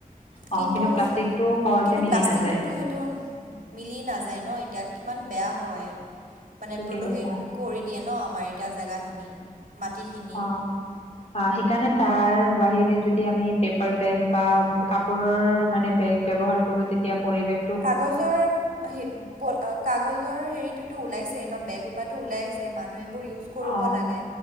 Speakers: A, on the left; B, on the right.
A: অ
B: কিন্তু-
A: প্লাষ্টিকটো সহজে
B: কিন্তু
A: মিলি
B: প্লাষ্টিকটোতো
A: নাযায়
B: সেইটো সেইটো মিলি নাযায় ন। এতিয়া কিমান বেয়া হয়, মানে
A: ঠিকে
B: প্ৰদূষিত
A: কৈছা
B: কৰি দিয়ে ন, আমাৰ এতিয়া জেগাখিনি। মাটিখিনি
A: অ।
B: <unintelligible>
A: সেইকাৰণে তাৰ বাহিৰে যদি আমি পেপাৰ বেগ বা কাপোৰৰ মানে বেগ ব্যৱহাৰ কৰ কৰোঁ, তেতিয়া পৰিৱেশ
B: কাগজৰ- কাগজৰ হেৰিটোতো ওলাইছেই ন, বেগ। তো ওলাইছে মানুহ, এইবোৰ ইউজ কৰিব
A: অ
B: লাগে।